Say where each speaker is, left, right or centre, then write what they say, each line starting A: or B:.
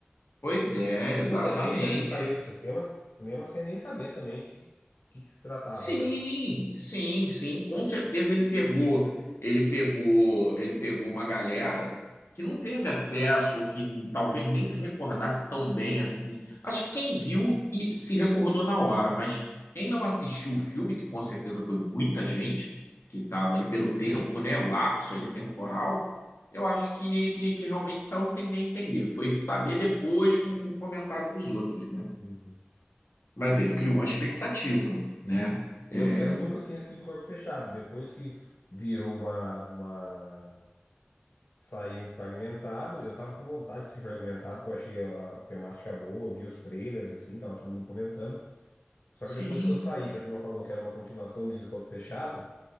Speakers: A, on the left; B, on the left.
A: Pois é, exatamente.
B: Muita gente acho que saiu do sistema, cinema sem nem saber também que que, que se tratava,
A: Sim,
B: né?
A: sim, sim, com certeza ele pegou, ele pegou, ele pegou uma galera que não teve acesso ou que talvez nem se recordasse tão bem assim. Acho que quem viu e se recordou na hora, mas quem não assistiu o filme, que com certeza foi muita gente que estava ali pelo tempo, né, o lapso ali temporal, eu acho que, que, que realmente saiu sem nem entender. Foi saber depois com, com o comentário dos outros, né?
B: Uhum.
A: Mas ele criou uma expectativa,
B: Sim,
A: né? É,
B: eu mesmo nunca tinha assistido Corpo Fechado. Depois que virou uma, uma... saiu fragmentado, eu tava com vontade de ser fragmentado, que eu achei a, a temática boa, eu vi os trailers assim, tava todo mundo comentando. Só
A: sim,
B: que depois que eu saí, que a turma falou que era uma continuação de Corpo Fechado,